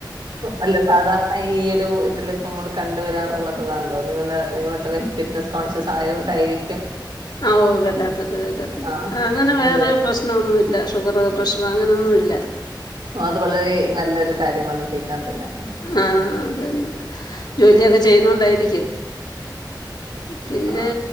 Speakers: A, on the right (about 80°); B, on the left (about 65°).
A: അല്ല സാധ ഇപ്പ ഈയൊരു ഇതില് പ്പം അമ്മള് കണ്ട് വരാറുള്ളത്ത്താണല്ലോ നിങ്ങള് നിങ്ങളത്രേം ഫിറ്റ്നസ് കോൺഷ്യസ് ആയോണ്ടായിരി
B: ഓ വരാത്തത് വരാത്തത്
A: ആഹ്.
B: അങ്ങനെ വേറെ പ്രശ്നൊന്നുല്ല. ഷുഗറ് പ്രഷറ് അങ്ങനൊന്നുല്ല.
A: ആഹ് അത് വളരെ നല്ല ഒരു കാര്യമാണ് കേക്കാൻ തന്നെ
B: ആഹ് അതെന്നെ ജോലിയൊക്കെ ചെയ്യുന്നോണ്ടായിര്ക്കും. പിന്നെ
A: ആഹ്.